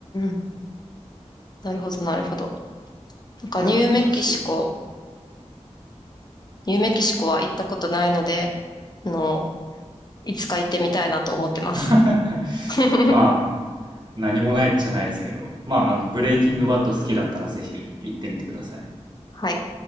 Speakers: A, on the left; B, on the right.
A: ん、なるほど、なるほど。なんか、
B: いや懐かしい。
A: ニューメキシコ、ニューメキシコは行ったことないので、あの、いつか行ってみたいなと思ってます。
B: <laughs>
A: <laughs>
B: まあ、何もないじゃないですけど、まあ、あの、ブレイキングバッド好きだったらぜひ行ってみてください。
A: はい。